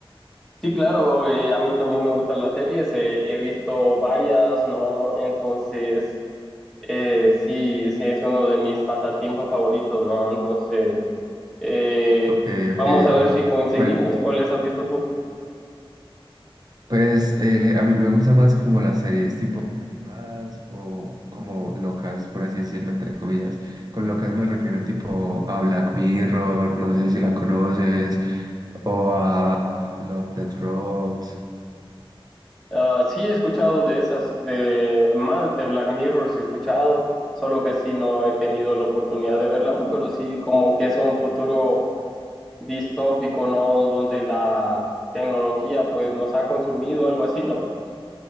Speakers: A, in the centre; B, on the right.
A: Sí, claro, eh, a mí también me gustan las series, eh, he visto varias, ¿no? Entonces, Eh, sí, sí, es uno de mis pasatiempos favoritos, ¿no? Entonces, eh,
B: Ok, ok.
A: vamos a ver si coincidimos.
B: ¿Cuál-
A: ¿Cuáles has visto tú?
B: Pues eh, a mí me gusta más como las series tipo animadas o como locas, por así decirlo, entre comillas. Con locas me refiero tipo a Black Mirror, no sé si la conoces, o a Love, Death Road.
A: Ah, sí, he escuchado de esas, de más de Black Mirror, sí he escuchado, solo que sí no he tenido la oportunidad de verla aún, pero sí como que es un futuro distópico, ¿no? Donde la tecnología pues nos ha consumido, algo así, ¿no?